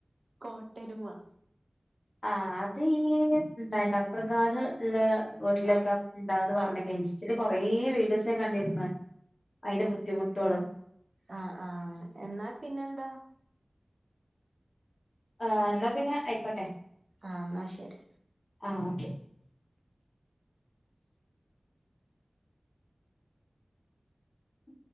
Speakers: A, on the right (about 65°); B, on the left (about 60°).
A: കോട്ടെരുമ
B: ആ അത് ഈ നണ്ടാപറ കാട് ഉള്ള വീട്ടിലൊക്കെ
A: ആഹ്
B: ഇണ്ടാവുന്ന് പർണ്ക്ക
A: അവിടെ
B: ഇൻസ്റ്റെലൊക്കെ കൊറെ വീഡിയോസ് ഞാൻ കണ്ടിര്ന്ന് അയിന്റെ ബുദ്ധിമു ട്ടു ഓൾ അയ്
A: ആ ആ എന്നാ പിന്നെന്താ
B: ആഹ് എന്നാ പിന്നെ ആയിക്കോട്ടെ
A: ആ ഇന്നാ ശരി
B: ആഹ് ഓക്കെ ഉം